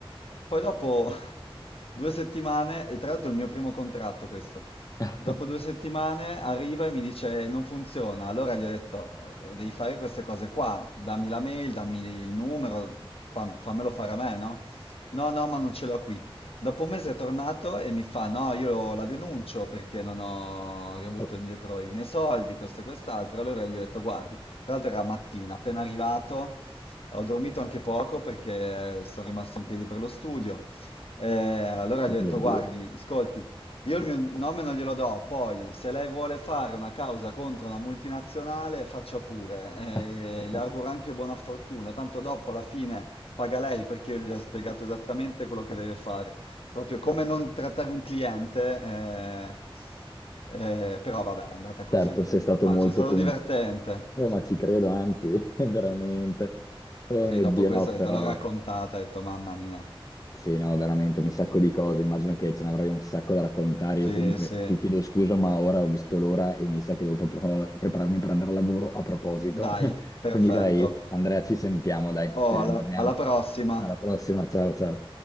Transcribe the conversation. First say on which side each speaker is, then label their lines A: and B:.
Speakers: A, on the left (about 75°); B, on the left (about 35°).
A: poi dopo <laughs> due settimane, e tra l'altro è il mio primo contratto questo,
B: <laughs>
A: dopo due settimane arriva e mi dice "Eh, non funziona, allora gli ho detto "Eh, devi fare queste cose qua, dammi la mail, dammi il numero, fa- fammelo fare a me, no? No, no, ma non ce l'ho qui. Dopo un mese è tornato e mi fa no, io la denuncio perché non ho riavuto
B: Ok.
A: indietro i miei soldi, questo e quest'altro, allora gli ho detto guardi, tra l'altro era mattina, appena arrivato. Ho dormito anche poco perché sono rimasto in piedi per lo studio. Eh, allora gli ho
B: Mio
A: detto,
B: Dio.
A: guardi, ascolti, io il mio nome non glielo do, poi se lei vuole fare una causa contro una multinazionale, faccia pure.
B: <laughs>
A: Eh, le auguro anche buona fortuna, tanto dopo alla fine paga lei perché io gli ho spiegato esattamente quello che deve fare. Proprio come non trattare un cliente, eh, eh, però vabbè, è andata così.
B: Certo, sei stato
A: Ma
B: molto
A: c'è stato
B: comunque.
A: divertente.
B: Beh, ma ci credo, anzi, <laughs> veramente. Oh
A: Sì,
B: mio
A: dopo
B: Dio,
A: questo
B: no,
A: ho detto,
B: però
A: l'ho raccontata, ho detto, mamma mia.
B: sì, no, veramente un sacco di cose. Immagino che ce ne avrai un sacco da raccontare.
A: Sì,
B: Io comunque
A: sì.
B: ti chiedo scusa, ma ora ho visto l'ora e mi sa che devo proprio prepararmi per andare al lavoro a proposito.
A: Dai,
B: <laughs>
A: perfetto.
B: Quindi dai, Andrea, ci sentiamo, dai,
A: Oh,
B: ci riaggiorniamo.
A: alla alla prossima.
B: Alla prossima, ciao ciao.